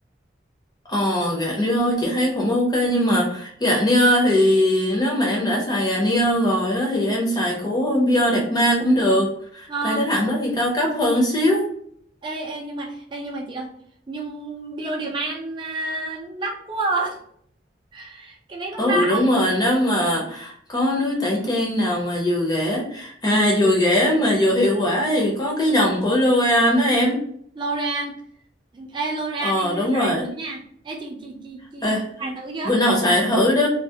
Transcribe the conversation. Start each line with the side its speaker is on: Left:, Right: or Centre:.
Left: Ờ, Garnier chị thấy cũng ok nhưng mà Garnier thì nếu mà em đã xài Garnier rồi á thì em xài của Bioderma cũng được.
Right: ờ
Left: Tại cái thằng đó thì cao cấp hơn xíu.
Right: ê ê nhưng mà ê nhưng mà chị ơi nhưng Bioderman à, đắt quá à. <laughs> cái đấy nó
Left: Ừ
Right: đắt
Left: đúng rồi, nếu mà có núi tẩy trang nào mà vừa rẻ à vừa rẻ mà vừa hiệu quả thì có cái dòng của L'Oreal đó em.
Right: L'Oreal ê L'Oreal
Left: Ờ
Right: em chưa
Left: đúng
Right: xài
Left: rồi.
Right: thử nha ê chị chị chị chị
Left: Ê,
Right: xài thử chưa
Left: bữa nào xài thử đó